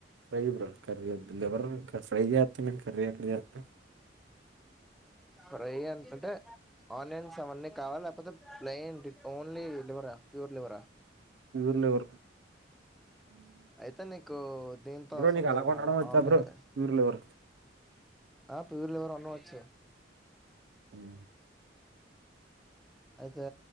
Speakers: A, on the right; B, in the centre.
A: లైవ్ వర్కర్లు లెవర్ వర్ ఫ్రై చేస్తున్నవ్ ఏంటి కర్రి ఎందుక్ చేస్త
B: ఫ్రై అంటంటే ఆనియన్స్ అవన్నీ కావాల లేకపోతే ప్లయిన్ ఓన్లీ లివరా ప్యూర్ లివరా.
A: ప్యూర్ లివర్
B: అయితే నీకు దీంతో
A: బ్రో
B: అవసరం
A: నీకు
B: లేదు
A: అలాగండడం
B: మన
A: వచ్చా
B: ఆనియన్
A: బ్రో ప్యూర్ లివర్.
B: ఆ ప్యూర్ లివర్ ఎవరు అన్ని వచ్
A: హ్మ్
B: అయితే